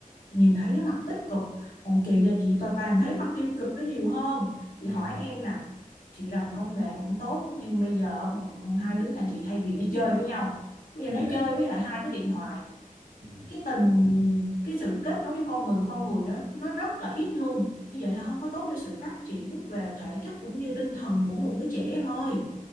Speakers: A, on the left; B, on the right.
A: nhìn thấy cái mặt tích cực, còn chị là chị toàn thấy mặt tiêu cực nó nhiều hơn. Chị
B: Dạ.
A: hỏi em nè, chị rành công nghệ cũng tốt nhưng bây giờ bọn hai đứa nhà chị thay vì nó chơi với nhau, bây giờ
B: Dạ.
A: nó chơi với lại hai cái điện thoại
B: Ừ.
A: cái tình cái sự kết nối với con người với con người á nó rất là ít luôn như vậy là không có tốt cho sự phát triển về thể chất cũng như tinh thần của một đứa trẻ em ơi